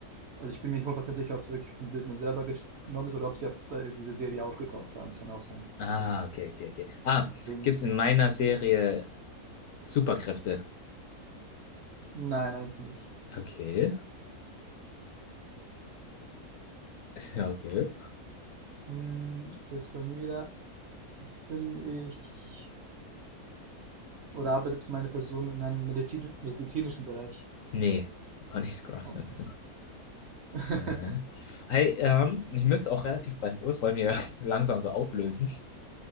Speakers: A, on the right; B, on the left.
A: also, ich bin mir nicht 100 sicher, ob es wirklich von Disney selber gest genommen ist oder ob sie einfach da diese Serie aufgekauft haben. Das kann auch sein.
B: Ah, okay, okay, okay. Ah,
A: Deswegen
B: gibt's in meiner Serie Superkräfte?
A: nein, eigentlich nicht.
B: Okay. <laughs> Ja, okay.
A: Hm, jetzt bei mir wieder bin ich Oder arbeitet meine Person in einem medizin medizinischen Bereich?
B: Nee, auch nicht Scrubs.
A: Auch
B: oder
A: cool.
B: so.
A: <laughs>
B: Hä? Hey, ähm, ich müsste auch relativ bald los, weil wir <laughs> langsam so auflösen.